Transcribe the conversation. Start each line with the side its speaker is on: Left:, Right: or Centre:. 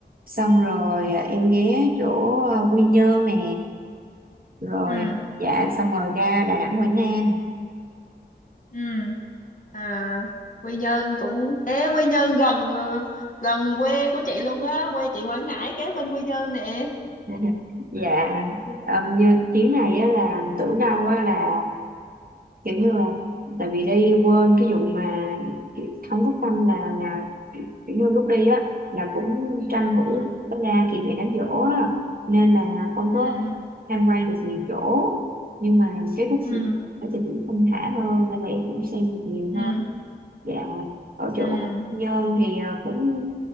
Right: xong rồi ờ, em ghé chỗ ờ, Quy Nhơn nè rồi
Left: ừ
Right: dạ xong rồi ra Đà Nẵng Quảng Nam
Left: ừ. À Quy Nhơn cũng ế Quy Nhơn gần ờ, gần quê của chị luôn á, quê chị Quảng Ngãi kế bên Quy Nhơn nè.
Right: <laughs> dạ um, như chuyến này á, là tưởng đâu á, là kiểu như là tại vì đi quên cái vụ mà kiểu không có tâm là là kiểu như lúc đi á là cũng tranh thủ
Left: Ừ
Right: có ra kịp ngày đám giỗ á nên là không có
Left: ừ ừ
Right: tham quan được nhiều chỗ nhưng mà cái khúc
Left: ừ
Right: phim thì cũng thông thả hơn nên là em cũng xem được nhiều
Left: ừ.
Right: hơn dạ ở
Left: ừ.
Right: chỗ Nhơn thì ờ, cũng